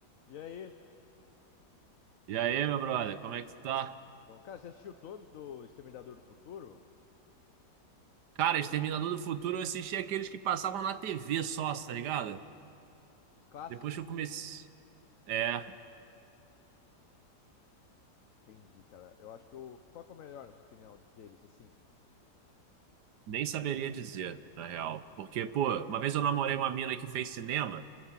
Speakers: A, on the left (about 55°); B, on the right (about 75°).
A: E aí?
B: E aí, meu brother, como é que tu tá?
A: Bom, cara, você assistiu todos do Exterminador do Futuro?
B: Cara, Exterminador do Futuro, eu assisti aqueles que passavam na TV só, tá ligado?
A: Os clássicos?
B: Depois que eu comecei. É,
A: Entendi, cara. Eu acho que o. Qual que é o melhor, na sua opinião, deles, assim?
B: nem saberia dizer, na real. Porque, pô, uma vez eu namorei uma mina que fez cinema,